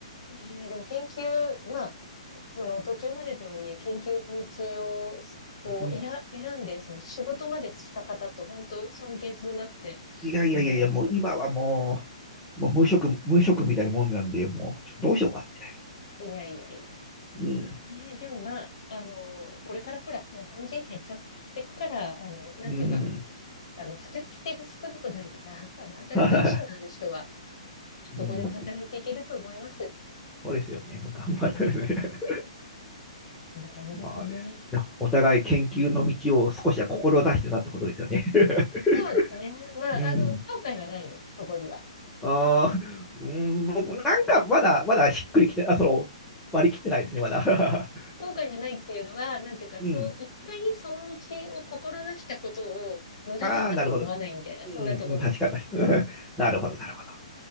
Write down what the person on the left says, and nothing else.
えーでも研究、まあその途中までとはいえ、研究の道をこう選、
選んで、その仕事までした方って本当尊敬するなって
思います。
いやいやい
や。えーでもまあ、あの、これからほら、日本人減っちゃってくから、あの、なんていうか、
あの、働き手が少なくなるから、あの、働く意思のある人は、
どこでも働いていけると思います。
え、そんな感じですね。
そうですね。まあ、
あの、後悔はないです、そこには。
後悔がないっていうのは、なんていうか、
そう、
一回その道を志したことを無駄だったとは思わないみたいな、
そんなところです。
うん